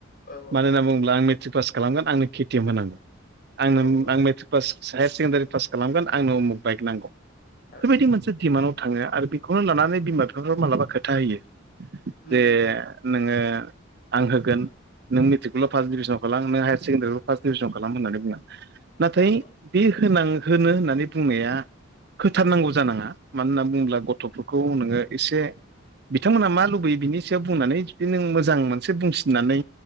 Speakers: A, on the left (about 45°); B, on the right (about 50°).
A: औ
B: मानो होनना बुङोब्ला आं मेट्रिक पास खालामगोन आंनो केटिएम होनांगौ आंनो
A: औ औ
B: आं matric pass higher secondary pass खालामगोन आंनो उमुक बाइक नांगौ
A: औ
B: बेबायदि मोनसे दिमान्डआव थाङो आरो बे खौनो लानानै बिमा बिफाफोरा मालाबा खोथा होयो
A: उम
B: जे
A: उम उम
B: नोङो आं होगोन नों मेट्रिकखौल' फार्स्ट डिभिसनाव <unintelligible> नों हायार सेकेनदारि फार्स्ट डिभिजन खालाम होननानै बुङो नाथाय
A: औ औ
B: बे होनां होनो होननानै बुंनाया होथारनांगौ जानाङा मानो होनना बुङोब्ला गथ'फोरखौ नोङो एसे बिथांमोनहा मा लुबैयो बिनि सायाव बुंनानै जुदि नों मोजां मोनसे बुंसिननानै